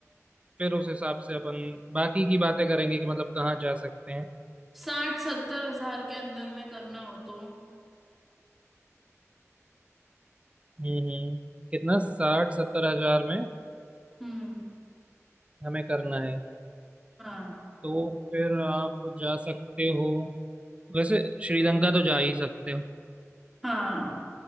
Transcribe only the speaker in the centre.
साठ सत्तर हजार के अंदर में करना हो तो
हम्म
हाँ
हाँ